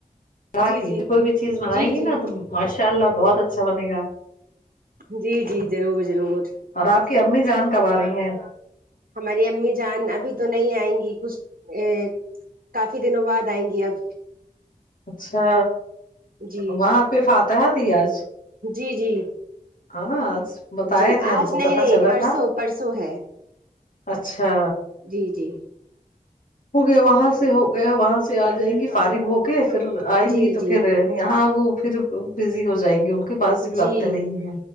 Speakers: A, on the left (about 70°); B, on the right (about 75°).
A: راک
B: جی جی
A: کوئی بھی چیز بنائیں
B: جی
A: گی
B: جی
A: نا تو ماشاء اللہ بہت اچھا بنے گا
B: جی جی ضرور ضرور
A: اور آپ کی امی جان کب آ رہی ہیں
B: ہماری امی جان ابھی تو نہیں آئیں گی کچھ ا کافی دنوں بعد آئیں گی اب
A: اچھا
B: جی
A: وہاں پہ فاتح تھی آج
B: جی جی
A: ہے نا آج بتائے
B: جی
A: تھے ہم
B: آج
A: کو
B: نہیں
A: پتا
B: نہیں
A: چلا
B: پرسوں
A: تھا
B: پرسوں ہے
A: اچھا
B: جی جی
A: ہو گیا وہاں سے ہو گیا وہاں سے آ جائیں گی فارگ ہو کے پھر آئیں
B: جی
A: گی تو
B: جی
A: پھر یہاں وہ پھر بزی ہو جائیں گی کے پاس بھی
B: جی
A: وقت نہیں ہے